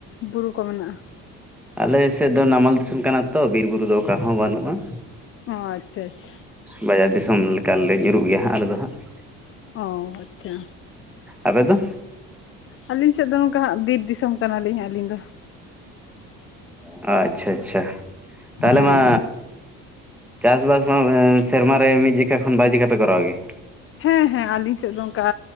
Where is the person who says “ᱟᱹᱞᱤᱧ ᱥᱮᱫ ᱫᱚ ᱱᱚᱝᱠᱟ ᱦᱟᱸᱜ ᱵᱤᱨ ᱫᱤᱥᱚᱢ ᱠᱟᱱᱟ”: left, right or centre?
Left